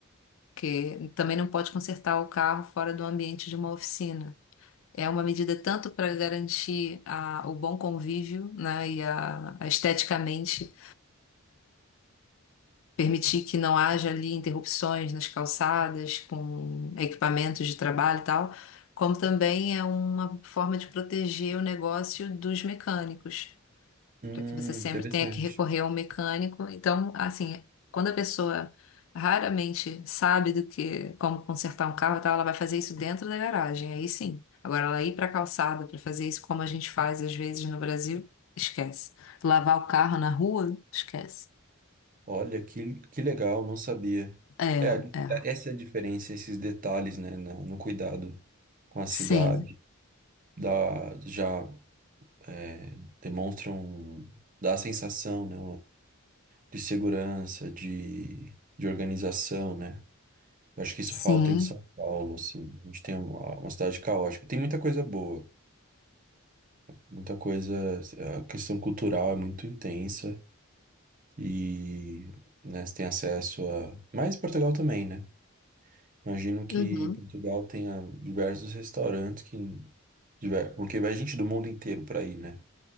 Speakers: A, on the left; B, on the right.
A: porque também não pode consertar o carro fora do ambiente de uma oficina. É uma medida tanto para garantir a- o bom convívio, né, e a, a esteticamente permitir que não haja ali interrupções nas calçadas com equipamentos de trabalho e tal, como também é uma forma de proteger o negócio dos mecânicos,
B: Hum,
A: para que você sempre
B: interessante.
A: tenha que recorrer ao mecânico. Então, assim, quando a pessoa raramente sabe do que como consertar um carro e tal, ela vai fazer isso dentro da garagem, aí sim. Agora, ela ir para a calçada para fazer isso como a gente faz às vezes no Brasil, esquece. Lavar o carro na rua, esquece.
B: Olha, que, que legal, não sabia.
A: É,
B: É, a dif-
A: é.
B: é, essa é a diferença, esses detalhes, né, no, no cuidado com a cidade,
A: Sim,
B: da, já é, demonstram, dá a sensação, né, de segurança, de, de organização, né? Eu acho que isso
A: sim,
B: falta em São Paulo, assim. A gente tem uma, uma cidade caótica. Tem muita coisa boa, muita coisa. eh, A questão cultural é muito intensa e, né, você tem acesso a. Mas Portugal também, né? Imagino que
A: uhum,
B: Portugal tenha diversos restaurantes que. diver- Porque vai gente do mundo inteiro para ir, né?